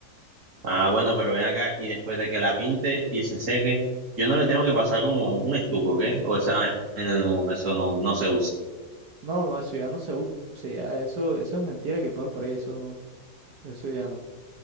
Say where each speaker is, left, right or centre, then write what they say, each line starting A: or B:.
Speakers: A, on the right; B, on the right.
A: Ah, bueno, pero ven acá y después de que la pinte y se seque, yo no le tengo que pasar como un estuco, ¿qué? O esa vaina no, eso no, no se usa.
B: No, no, eso ya no se usa. ya eso, eso es mentira que ponen por ahí. Eso no, eso ya no.